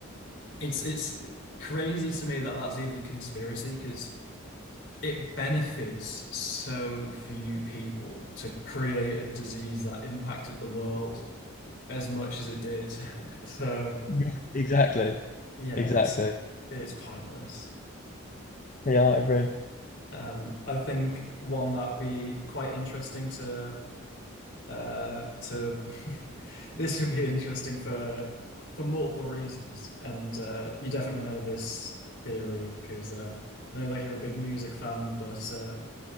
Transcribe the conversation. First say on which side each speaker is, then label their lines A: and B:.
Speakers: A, on the left; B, on the left.
A: it's it's crazy to me that that's even a conspiracy because it benefits so few people to create a disease that impacted the world as much as it did. <laughs> So,
B: Yeah, exactly.
A: yeah,
B: Exactly.
A: it's it's pointless.
B: Yeah, I agree.
A: Um, I think one that would be quite interesting to uh to <laughs> this would be interesting for for multiple reasons and uh you definitely know this theory because uh I know that you're a big music fan but uh